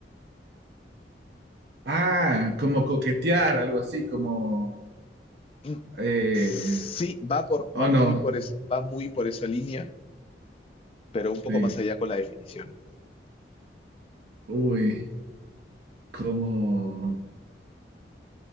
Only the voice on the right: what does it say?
Ah, como coquetear, algo así, como...
Eh,
oh,
no,
sí.
Uy, como...